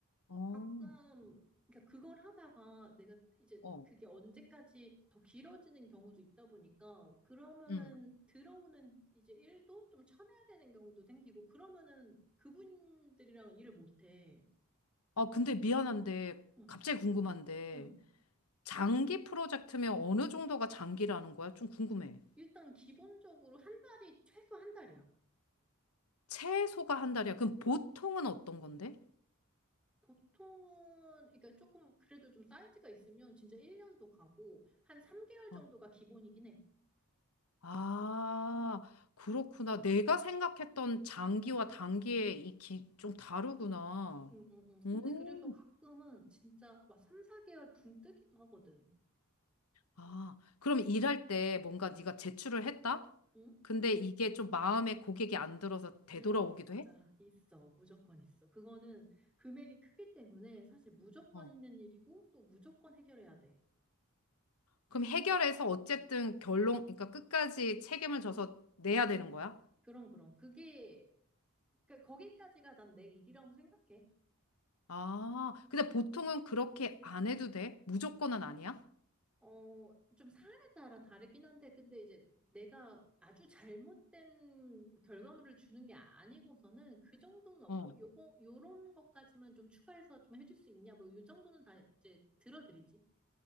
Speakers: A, on the left (about 85°); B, in the centre.
A: 어,
B: 가끔, 그러니까 그걸 하다가 내가 이제
A: 어.
B: 그게 언제까지 더 길어지는 경우도 있다 보니까 그러면은
A: 응.
B: 들어오는 이제 일도 좀 쳐내야 되는 경우도 생기고 그러면은 그분들이랑 일을 못해.
A: 아, 근데 미안한데,
B: 응,
A: 갑자기 궁금한데,
B: 응.
A: 장기 프로젝트면 어느 정도가 장기라는 거야? 좀 궁금해.
B: 일단 기본적으로 한 달이 최소 한 달이야.
A: 최소가 한 달이야. 그럼 보통은 어떤 건데?
B: 보통은 그러니까 조금 그래도 좀 사이즈가 있으면 진짜 1년도 가고 한 3개월 정도가
A: 아,
B: 기본이긴 해.
A: 아, 그렇구나. 내가 생각했던 장기와 단기의 이 기, 좀 다르구나.
B: 응, 응, 응.
A: 오,
B: 근데 그래서 가끔은 진짜 막 3, 4개월 붕 뜨기도 하거든.
A: 아, 그럼 일할 때 뭔가 네가 제출을 했다?
B: 응?
A: 근데 이게 좀 마음에 고객이 안 들어서
B: 그래,
A: 되돌아오기도
B: <laughs> 맞아.
A: 해?
B: 있어. 무조건 있어. 그거는 금액이 크기 때문에 사실 무조건
A: 어.
B: 있는 일이고 또 무조건 해결해야 돼.
A: 그럼 해결해서 어쨌든 결론, 그러니까 끝까지 책임을 져서 내야 되는 거야?
B: 그럼, 그럼. 그게, 그, 거기까지가 난 내 일이라고 생각해.
A: 아, 근데 보통은 그렇게 안 해도 돼? 무조건은 아니야?
B: 어, 좀 사안에 따라 다르긴 한데, 근데 이제 내가 아주 잘못된 결과물을 주는 게 아니고서는 그 정도는 없고,
A: 어.
B: 요거, 요런 것까지만 좀 추가해서 좀 해줄 수 있냐, 뭐, 요 정도는 다 이제 들어드리지.